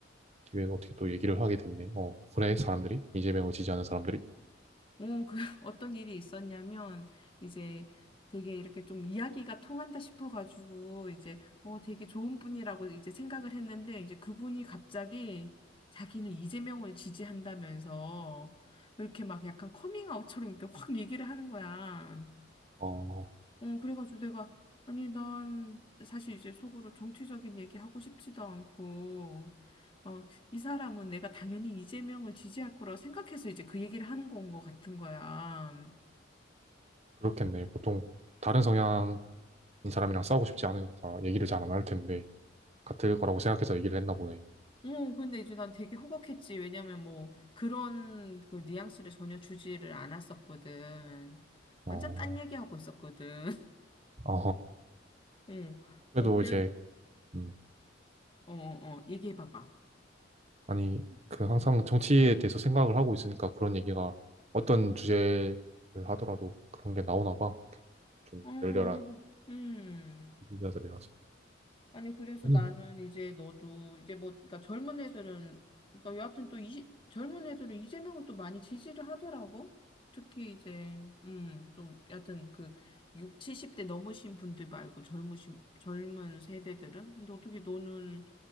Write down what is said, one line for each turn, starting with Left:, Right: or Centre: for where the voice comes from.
Right: 기회에 어떻게 또 얘기를 하게 됐네. 어, 그래, 사람들이? 이재명을 지지하는 사람들이?
Left: 어, 그, <laughs> 어떤 일이 있었냐면, 이제 되게 이렇게 좀 이야기가 통한다 싶어가지고, 이제, 어, 되게 좋은 분이라고 이제 생각을 했는데, 이제 그분이 갑자기 자기는 이재명을 지지한다면서, 이렇게 막 약간 커밍아웃처럼 이렇게 확 얘기를 하는 거야.
Right: 어,
Left: 어, 그래가지고 내가, 아니, 난 사실 이제 속으로 정치적인 얘기 하고 싶지도 않고, 어, 이 사람은 내가 당연히 이재명을 지지할 거라고 생각해서 이제 그 얘기를 하는 건 것 같은 거야.
Right: 그렇겠네. 보통 다른 성향 이 사람이랑 싸우고 싶지 않으니까 얘기를 잘 안 할 텐데 같을 거라고 생각해서 얘기를 했나 보네.
Left: 어, 근데 이제 난 되게 호걱했지. 왜냐면 뭐, 그런 그 뉘앙스를 전혀 주지를 않았었거든.
Right: 어,
Left: 완전 딴 얘기하고 있었거든. <laughs>
Right: 아,
Left: 응, 뭐,
Right: 아무래도
Left: 그래,
Right: 이제 음,
Left: 어, 어, 어, 얘기해봐봐.
Right: 아니 그 항상 정치에 대해서 생각을 하고 있으니까 그런 얘기가 어떤 주제를 하더라도 그런 게 나오나 봐. 좀
Left: 어,
Right: 열렬한
Left: 아니, 음.
Right: 인사들이라서
Left: 아니, 그래서
Right: 저는
Left: 나는 이제 너도 이제 뭐, 그러니까 젊은 애들은, 그러니까 여하튼 또 이, 젊은 애들은 이재명을 또 많이 지지를 하더라고. 특히 이제, 음, 좀, 여하튼 그 6, 70대 넘으신 분들 말고 젊으신, 젊은 세대들은? 근데 어떻게 너는